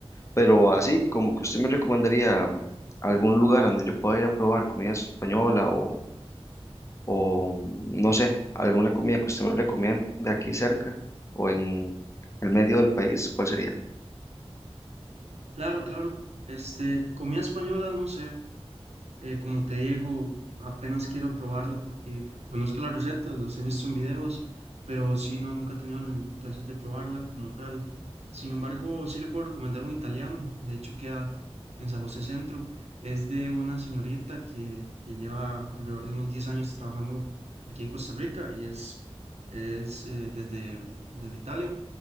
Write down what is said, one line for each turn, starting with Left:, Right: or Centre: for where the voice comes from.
Left: Pero así, como que usted me recomendaría mm, algún lugar donde yo pueda ir a probar comida española o, o mm, no sé, alguna comida que usted me recomiende aquí cerca o en el medio del país, ¿cuál sería?
Right: Claro, claro. Este, comida española, no sé. Eh, como te digo, apenas quiero probarla porque conozco las recetas, las he visto en videos, pero sí, no, nunca he tenido el, el placer de probarla como tal. Sin embargo, sí le puedo recomendar un italiano, de hecho queda en San José Centro, es de una señorita que, que lleva alrededor de unos 10 años trabajando aquí en Costa Rica y es, es eh, desde, desde Italia.